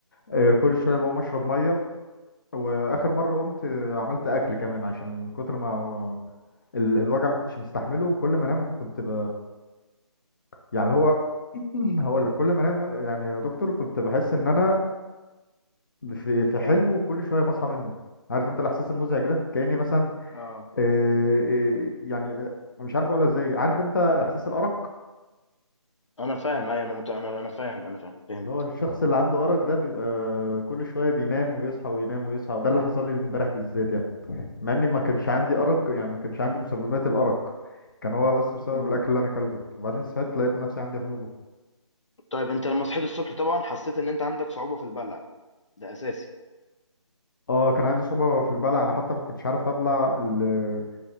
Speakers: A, on the left; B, on the left.
A: آه، كل شويه
B: امم
A: بقوم اشرب ميه واخر مره قمت آه، عملت اكل كمان عشان من كتر ما ال- الوجع ما كنتش مستحمله وكل ما انام كنت ب... يعني اللي هو <clears throat> <laughs> هقول لك كل ما انام يعني يا دكتور كنت بحس ان انا في في حلم وكل شويه بصحى منه عارف انت الاحساس المزعج ده كاني مثلا
B: اه
A: آه، آه، يعني آه، مش عارف اقولها ازاي عارف انت احساس الارق
B: انا فاهم اي انا مت... انا انا فاهم انا فاهم فهمت
A: اللي هو الشخص اللي عنده ارق ده بيبقى كل شويه بينام ويصحى وينام ويصحى ده اللي حصل لي امبارح بالذات يعني مع اني ما كانش عندي ارق يعني ما كانش عندي مسببات الارق كان هو بس بسبب
B: امم
A: الاكل اللي انا اكلته ده وبعدين صحيت لقيت نفسي عندي حموضه
B: طيب انت لما صحيت الصبح طبعا حسيت ان انت عندك صعوبه في البلع ده اساسي
A: اه كان عندي صعوبه في البلع انا حتى ما كنتش عارف ابلع ال-